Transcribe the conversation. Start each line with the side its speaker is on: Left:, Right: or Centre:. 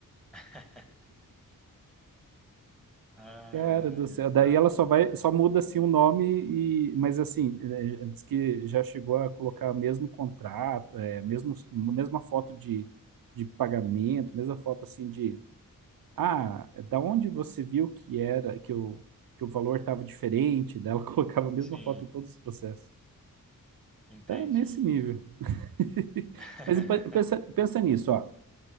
Centre: <laughs> Ai,
Right: Cara
Centre: ai,
Right: do céu.
Centre: exato.
Right: Daí ela só vai, só muda assim o nome e, mas assim, é, diz que já chegou a colocar mesmo contrato, é, mesmo mesma foto de, de pagamento, mesma foto assim de, ah, é da onde você viu que era que o que o valor estava diferente, daí Ela <laughs> colocava a mesma
Centre: Sim,
Right: foto em todos os processos.
Centre: entendi.
Right: Tá nesse nível. <laughs>
Centre: <laughs>
Right: Mas pe- pensa, pensa nisso, ó.